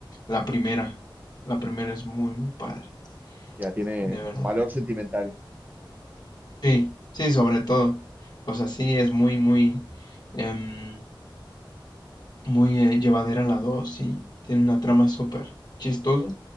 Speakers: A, on the left; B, on the right.
A: La primera, la primera es muy, muy padre,
B: Ya tiene
A: de verdad.
B: valor sentimental.
A: Sí, sí, sobre todo. O sea, sí, es muy, muy, em, muy eh, llevadera la dos y tiene una trama súper chistosa,